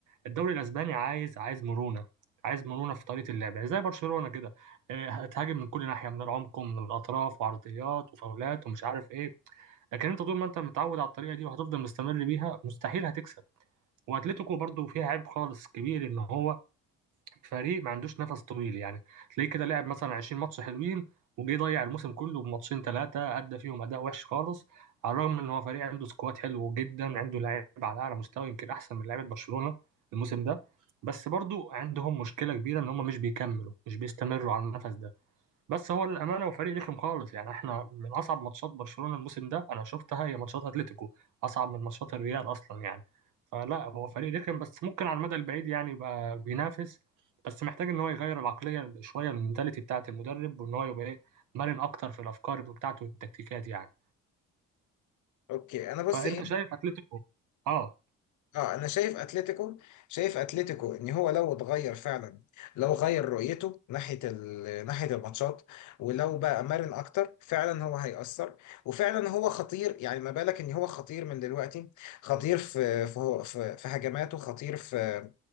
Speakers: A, on the right (about 85°); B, on the left (about 75°).
A: الدوري الاسباني عايز عايز مرونة عايز مرونة في طريقة اللعب يعني زي برشلونة كده آه، هتهاجم من كل ناحيه من العمق ومن الاطراف وعرضيات وفاولات ومش عارف ايه لكن انت طول ما انت متعود على الطريقه دي وهتفضل مستمر بيها مستحيل هتكسب واتلتيكو برضو فيها عيب خالص كبير ان هو فريق ما عندوش نفس طويل يعني تلاقيه كده لعب مثلا 20 ماتش حلوين وجه ضيع الموسم كله بماتشين ثلاثه ادى فيهم اداء وحش خالص على الرغم ان هو فريق عنده سكواد حلو جدا عنده لعيبه على اعلى مستوى يمكن احسن من لعيبه برشلونه الموسم ده بس برضو عندهم مشكله كبيره ان هم مش بيكملوا مش بيستمروا على النفس ده بس هو الامانه وفريق رخم خالص يعني احنا من اصعب ماتشات برشلونه الموسم ده انا شفتها هي ماتشات اتلتيكو اصعب من ماتشات الريال اصلا يعني فلا هو فريق رخم بس ممكن على المدى البعيد يعني يبقى بينافس بس محتاج ان هو يغير العقليه شويه من المنتاليتي بتاعه المدرب وان هو يبقى ايه مرن اكتر في الافكار بتاعته والتكتيكات يعني
B: اوكي انا بص
A: فانت
B: ايه
A: شايف اتلتيكو اه
B: اه انا شايف اتلتيكو شايف اتلتيكو ان هو لو اتغير فعلا لو غير رؤيته ناحيه ال- ناحيه الماتشات ولو بقى مرن اكتر فعلا هو هيأثر وفعلا هو خطير يعني ما بالك ان هو خطير من دلوقتي خطير في في في, في هجماته خطير في